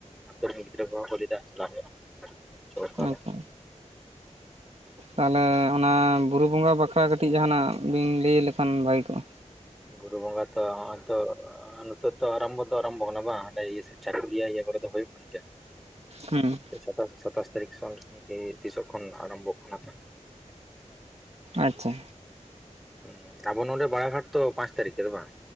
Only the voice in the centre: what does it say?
ᱟᱛᱳ ᱨᱮᱱ ᱜᱤᱫᱽᱨᱟᱹ ᱜᱚᱦᱚᱸ ᱠᱚ ᱞᱟᱹᱭᱫᱟ ᱪᱟᱞᱟᱜᱣ ᱦᱩᱭᱩᱜᱼᱟ ᱪᱚ ᱛᱟᱦᱚᱞᱮ
ᱵᱩᱨᱩ ᱵᱚᱸᱜᱟ ᱛᱚ ᱦᱚᱜᱚᱭ ᱛᱚ ᱚᱻ ᱱᱚᱛᱮ ᱛᱚ ᱟᱨᱟᱢᱵᱚ ᱫᱚ ᱟᱨᱟᱢᱵᱚ ᱠᱟᱱᱟ ᱵᱟᱝ ᱦᱟᱸᱰᱮ ᱤᱭᱟᱹ ᱥᱮᱫ ᱤᱭᱟᱹ ᱠᱚᱨᱮ ᱫᱚ ᱦᱩᱭᱩᱜ ᱠᱟᱱ ᱜᱮᱭᱟ
ᱥᱟᱛᱟᱥ ᱥᱟᱛᱟᱥ ᱛᱟᱨᱤᱠᱷ ᱠᱷᱚᱱ ᱛᱤ ᱥᱚᱜ ᱠᱷᱚᱱ ᱟᱨᱟᱢᱵᱷ ᱠᱟᱱᱟ ᱛᱚ
ᱩᱸ ᱟᱵᱚ ᱱᱚᱰᱮ ᱵᱟᱲᱟ ᱜᱷᱟᱴ ᱛᱚ ᱯᱟᱸᱪ ᱛᱟᱨᱤᱠᱷᱮ ᱵᱟᱝ